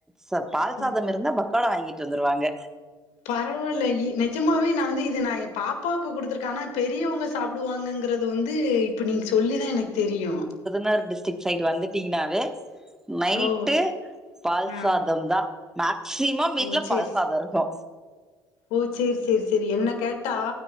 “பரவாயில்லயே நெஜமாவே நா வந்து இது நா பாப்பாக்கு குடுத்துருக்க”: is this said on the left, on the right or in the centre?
Left